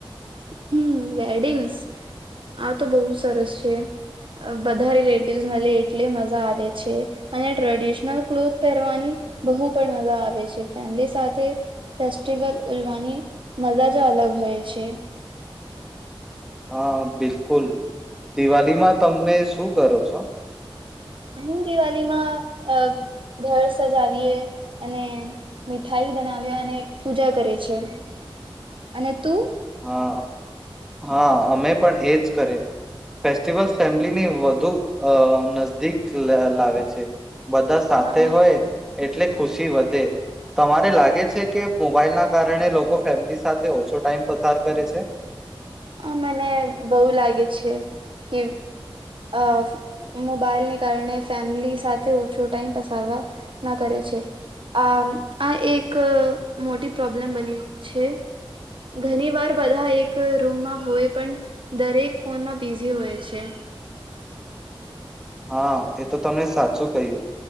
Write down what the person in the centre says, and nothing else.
હા બિલકુલ દિવાળીમાં તમે ને શું કરો છો.
હા હા અમે પણ એજ કરે ફેસ્ટિવલ ફેમિલીને વધુ અ નજદીક લા લાવે છે. બધા સાથે
હોય એટલે ખુશી વધે તમારે લાગે છે, કે મોબાઈલ ના કારણે લોકો ફેમિલી સાથે ઓછો ટાઈમ પસાર કરે છે.
હા એ તો તમને સાચું કહ્યું,